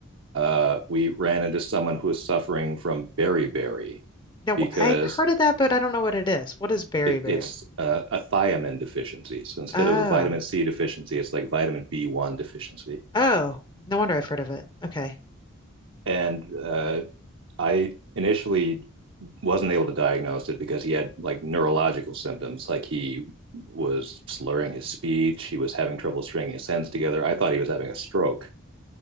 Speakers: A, on the right; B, on the left.
A: uh, we ran into someone who was suffering from beriberi
B: No,
A: because
B: I've heard of that, but I don't know what it is. What is beriberi?
A: it, it's uh, a thiamine deficiency. So instead
B: Oh,
A: of a vitamin C deficiency, it's like vitamin B1 deficiency.
B: oh, no wonder I've heard of it. Okay,
A: And uh, I initially wasn't able to diagnose it because he had like neurological symptoms. Like he was slurring his speech, he was having trouble stringing his sentences together. I thought he was having a stroke.